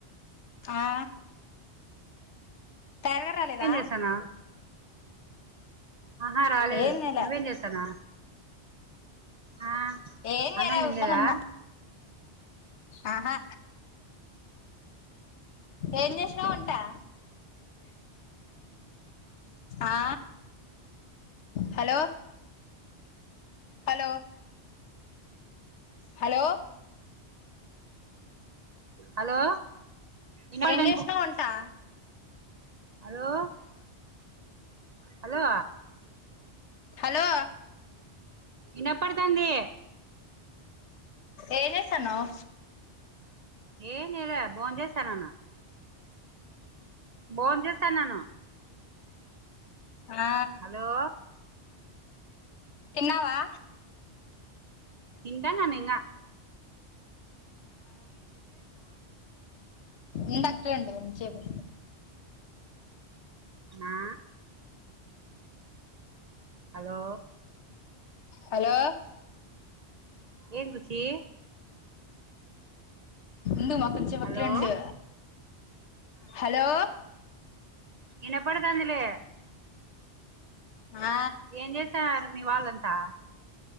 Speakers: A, on the left (about 85°); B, on the right (about 50°).
A: ఆ త్వారగా రాలేదా
B: ఏం చేస్తాన్నావ్ ఆహా రాలేదు
A: ఏం చేయలే
B: నువ్వేం చేస్తానా ఆ
A: ఏం
B: అన్నం
A: చేయలే
B: తినలేదా
A: ఊరికనే ఉన్నా ఆహా ఏం చేసినవు వంటా ఆ హలో హలో హలో
B: హలో ఇనపడదని
A: ఏం చేసినవు
B: బుక్
A: వంటా
B: హలో హలో
A: హలో
B: ఇనపడుతంది
A: ఏం చేస్తాన్నవు
B: ఏం చేయలే బోన్ చేస్తానన్న బోన్ చేస్తన్నాను
A: ఆ
B: హలో
A: తిన్నావా
B: తింటన్నాను ఇంగ
A: ఎన్ డాక్టర్ అని ఇంతసేపు
B: ఆ హలో
A: హలో
B: ఎన్ గుచ్చి
A: ఉందు మా కొంచెం
B: హలో
A: అట్లే ఉండు హలో
B: ఇనపడతందిలే
A: ఆ
B: ఏం చేస్తాన్నారు మీ వాళ్ళంతా